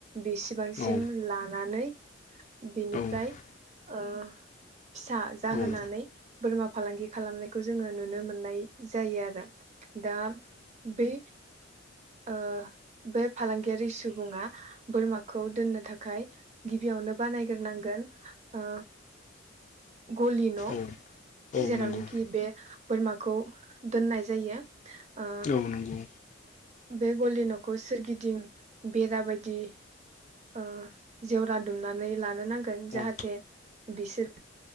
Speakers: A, on the right; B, on the left.
A: बेसेबांसिम
B: औ
A: लानानै बिनिफ्राय
B: औ नंगौ औ
A: ओ फिसा जाहोनानै
B: औ
A: बोरमा फालांगि खालामनायखौ जोङो नुनो मोननाय जायो आरो। दा बै ओ बे फालांगियारि सुबुङा बोरमाखौ दोननो थाखाय गिबियावनो बानायग्रोनांगोन ओ गलि न'
B: औ औ
A: जेरावनोखि
B: नंगौ
A: बे बोरमाखौ दोननाय जायो ओ
B: औ नंगौ
A: बे गलि न'खौ सोरगिदिं बेरा बायदि ओ जेवरा दुमनानै लानो नांगोन। जाहाथे
B: औ
A: बिसोर